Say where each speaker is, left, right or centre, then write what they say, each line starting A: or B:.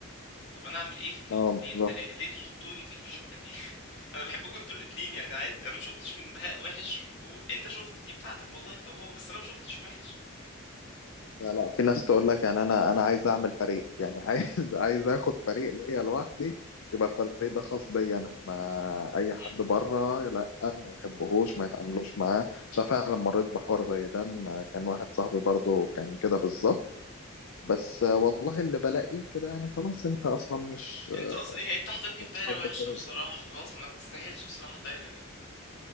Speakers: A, on the left; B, on the left.
A: طب أنا أعمل إيه في النقطة
B: آه،
A: دي أنت
B: بالظبط
A: ليه, ليه تحطوني في الحتة دي <laughs> أنا بحبكم أنتوا الاتنين يعني عادي أنا مشوفتش من بهاء وحش وأنت شفت دي بتاعتك والله أنت وهو بس أنا مشوفتش وحش
B: لا لا في ناس تقول لك يعني انا انا عايز اعمل فريق يعني عايز <laughs> عايز اخد فريق ليا لوحدي يبقى الفريق ده خاص بيا انا ما اي
A: مم.
B: حد بره لا ما بحبهوش ما يتعاملوش معاه مش عارف انا لما مريت بحوار زي ده إن كان واحد صاحبي برضه كان كده بالظبط بس والله اللي بلاقيه كده يعني خلاص انت اصلا مش
A: أنت أصلا إيه أنت حاططني
B: مش
A: في دايرة
B: حد
A: وحشة
B: كويس
A: بصراحة فخلاص ما تستاهلش بصراحة الدايرة دي